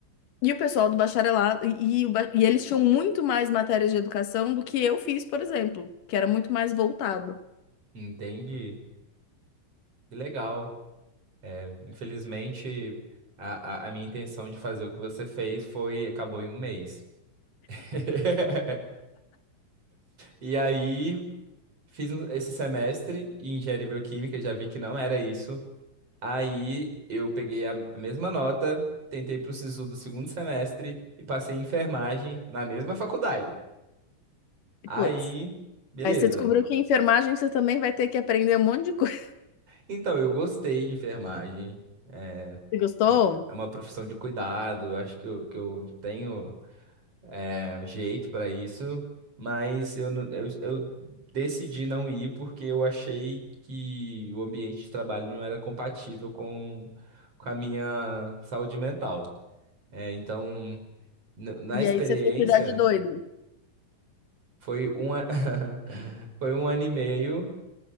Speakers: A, on the left; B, on the right.
A: E o pessoal do bacharelado, e, e o ba- e eles tinham muito mais matérias de educação do que eu fiz, por exemplo, que era muito mais voltado.
B: Entendi. Que legal. É, infelizmente, a, a, a minha intenção de fazer o que você fez foi, acabou em um mês. <laughs> E aí, fiz um- esse semestre em engenharia bioquímica, já vi que não era isso. Aí eu peguei a mesma nota, tentei pro SISU do segundo semestre e passei em enfermagem na mesma faculdade.
A: E,
B: Aí,
A: putz,
B: beleza.
A: aí você descobriu que em enfermagem você também vai ter que aprender um monte de coisa. <laughs>
B: Então, eu gostei de enfermagem. É,
A: Você gostou?
B: é u- é uma profissão de cuidado, eu acho que eu, que eu tenho é, jeito para isso, mas eu, não- eu, eu decidi não ir porque eu achei que o ambiente de trabalho não era compatível com, com a minha saúde mental. É, então. N- Na
A: E
B: experiência,
A: aí você foi cuidar de doido.
B: foi um, a- <laughs> foi um ano e meio